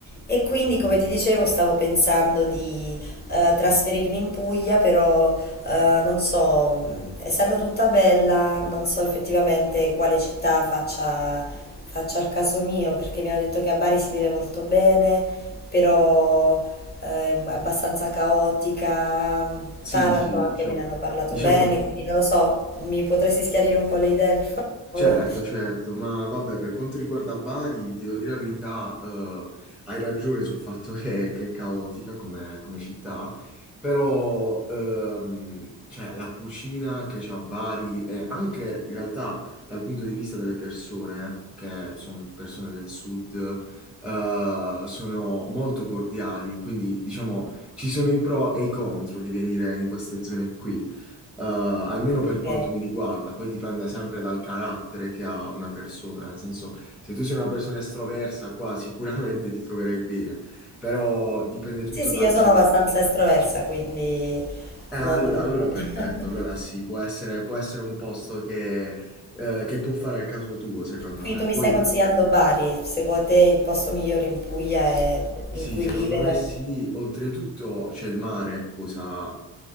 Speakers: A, on the left; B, in the centre.
A: E quindi, come ti dicevo, stavo pensando di eh, trasferirmi in Puglia, però eh, non so, mh, essendo tutta bella, non so effettivamente quale città faccia, faccia il caso mio, perché mi hanno detto che a Bari si vive molto bene, però eh, è abbastanza caotica.
B: Sì,
A: Taranto
B: sì,
A: anche
B: diciamo,
A: me ne hanno parlato
B: diciamo
A: bene,
B: che
A: quindi non lo so, mi potresti schiarire un po' le idee, per favore?
B: certo, certo, ma vabbè, per quanto riguarda Bari, ti devo dire la verità, eh, hai ragione sul fatto che, che è caotica come, come città, però ehm, cioè, la cucina che c'ha Bari e anche in realtà dal punto di vista delle persone, che sono persone del sud, eh, sono molto cordiali, quindi diciamo ci sono i pro e i contro di venire in queste zone qui. Eh, almeno
A: Ok.
B: per quanto mi riguarda, poi dipende sempre dal carattere che ha una persona, nel senso, se tu sei una persona estroversa, qua sicuramente ti troverai bene, però dipende tutto
A: Sì, sì,
B: da
A: io sono
B: come...
A: abbastanza estroversa, quindi
B: Eh, allora,
A: non...
B: allora
A: <laughs>
B: perfetto, allora sì, può essere, può essere un posto che, eh, che può fare al caso tuo, secondo
A: Qui
B: me.
A: tu mi
B: Poi
A: stai consigliando Bari, secondo te il posto migliore in Puglia
B: Sì,
A: è
B: Sì,
A: in cui
B: secondo
A: vivere?
B: me sì. Oltretutto c'è il mare, cosa